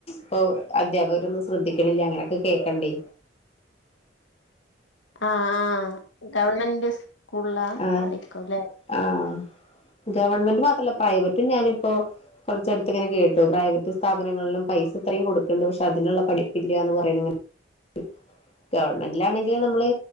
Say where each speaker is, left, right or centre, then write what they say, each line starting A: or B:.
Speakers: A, on the left (about 35°); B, on the left (about 85°).
A: പ്പൊ അധ്യാപകരൊന്നും ശ്രദ്ധിക്കണില്ല അങ്ങനെയൊക്കെ കേക്കണ്ടേ
B: ആ ആ ഗവൺമെ എസ് കുള്ളാ
A: ആഹ്
B: ഇക്കുല്ലേ
A: ആഹ് ഗവൺമെന്റ് മാത്രല്ല പ്രൈവറ്റും ഞാനിപ്പോ കുറച്ചടുത്ത് ഇങ്ങനെ കേട്ടു പ്രൈവറ്റ് സ്ഥാപനങ്ങളിലും പൈസ ഇത്രയും കൊടുക്കണ്ട് പക്ഷെ അതിനുള്ള പഠിപ്പില്ലാന്ന് പറയണിങ്ങനെ ട്ടു ഗവൺമെന്റിലാ ഇനി നമ്മള്